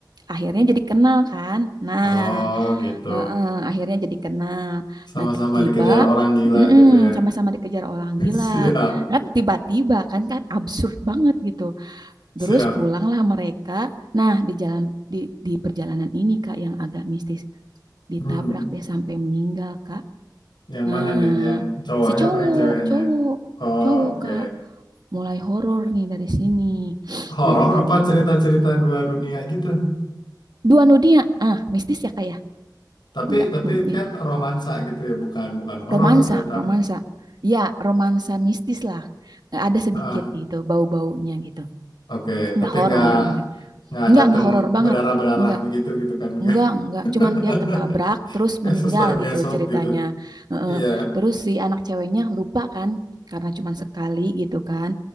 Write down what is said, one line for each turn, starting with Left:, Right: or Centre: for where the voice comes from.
Right: akhirnya jadi kenal kan. Nah,
Left: Oh, gitu.
Right: eh, eh, akhirnya jadi kenal.
Left: Sama-sama
Right: Nah, tiba
Left: dikejar orang gila
Right: mm-mm,
Left: gitu ya.
Right: sama-sama dikejar orang gila.
Left: <laughs> Siap.
Right: Kan tiba-tiba kan kan absurd banget gitu.
Left: Siap.
Right: Terus pulanglah mereka. Nah, di jalan di di perjalanan ini Kak yang agak mistis ditabrak
Left: Hmm.
Right: dia sampai meninggal kak
Left: Yang
Right: nah
Left: mana nih? Yang cowoknya
Right: si cowok
Left: apa yang ceweknya?
Right: cowok
Left: Oh,
Right: cowok
Left: oke.
Right: kak mulai horor nih dari sini
Left: Horor
Right: nah udah
Left: apa
Right: gitu
Left: cerita-cerita dua dunia gitu?
Right: dua dunia ah mistis ya kak ya
Left: Tapi
Right: nggak
Left: tapi
Right: mm, mm,
Left: kan romansa gitu ya, bukan bukan horor
Right: romansa
Left: atau eta.
Right: romansa ya romansa mistis lah ada sedikit
Left: Ah,
Right: gitu bau-baunya gitu
Left: oke.
Right: nggak
Left: Tapi
Right: horor
Left: nggak
Right: nggak
Left: nggak
Right: nggak
Left: datang
Right: nggak horor banget
Left: berdarah-berdarah
Right: nggak
Left: begitu gitu kan?
Right: Enggak,
Left: Nggak
Right: enggak. Cuman
Left: <laughs>
Right: dia ketabrak terus
Left: kayak
Right: meninggal
Left: suster gesot
Right: gitu ceritanya.
Left: gitu.
Right: Heeh.
Left: Iya.
Right: Terus si anak ceweknya lupa kan karena cuman sekali gitu kan.